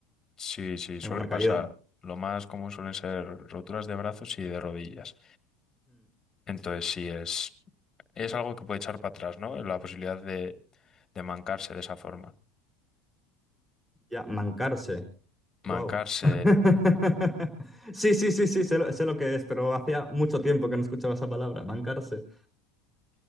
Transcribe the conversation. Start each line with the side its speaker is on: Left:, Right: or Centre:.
Left: Sí, sí, suele
Centre: en una
Left: pasar.
Centre: caída.
Left: Lo más común suelen ser roturas de brazos y de rodillas. Entonces, sí, es, es algo que puede echar para atrás, ¿no? La posibilidad de, de mancarse de esa forma.
Centre: Ya, mancarse. Wow.
Left: Mancarse.
Centre: <laughs> Sí, sí, sí, sí, sé lo, sé lo que es, pero hacía mucho tiempo que no escuchaba esa palabra, mancarse.